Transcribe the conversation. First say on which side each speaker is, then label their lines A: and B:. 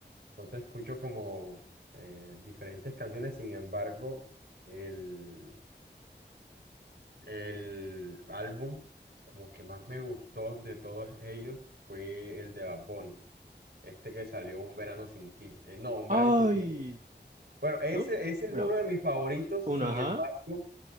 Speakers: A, on the right; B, on the right.
A: Entonces escucho como eh, diferentes canciones, sin embargo, el, el álbum como que más me gustó de todos ellos fue el de Bad Bunny. Este que salió Un verano sin ti. Eh, no, Un
B: Ay,
A: verano sin ti. no. Bueno, ese,
B: no.
A: ese es
B: Bueno,
A: uno de mis favoritos.
B: un
A: Sin
B: ajá.
A: embargo,